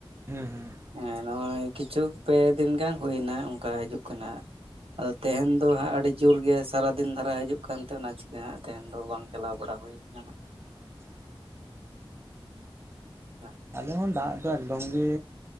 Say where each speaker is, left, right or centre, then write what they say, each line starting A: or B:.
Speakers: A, on the right (about 25°); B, on the right (about 85°).
A: ᱦᱩᱸ-ᱦᱩᱸ᱾
B: ᱮᱸ ᱱᱚᱼᱚᱭ ᱠᱤᱪᱷᱩ ᱯᱮ ᱫᱤᱱ ᱜᱟᱱ ᱦᱩᱭ ᱱᱟ ᱚᱝᱠᱟ ᱦᱤᱡᱩᱜ ᱠᱟᱱᱟ᱾ ᱟᱫᱚ ᱛᱮᱦᱮᱱ ᱫᱚ ᱦᱟᱸᱜ ᱟᱹᱰᱤ ᱡᱩᱨ ᱜᱮ ᱥᱟᱨᱟ ᱫᱤᱱ ᱫᱷᱟᱨᱟ ᱦᱤᱡᱩᱜ ᱠᱟᱱ ᱛᱮ ᱚᱱᱟ ᱪᱤᱠᱟᱹ ᱦᱟᱸᱜ ᱛᱮᱦᱮᱱ ᱫᱚ ᱵᱟᱝ ᱪᱟᱞᱟᱣ ᱵᱟᱲᱟ ᱦᱳᱭ ᱟᱠᱟᱱᱟ ᱱᱟᱜ ᱾
A: <inaudible>
B: <inaudible>
A: ᱟᱞᱮ ᱦᱚᱸ ᱫᱟᱜ ᱫᱚ ᱮᱠᱫᱚᱢ ᱜᱮ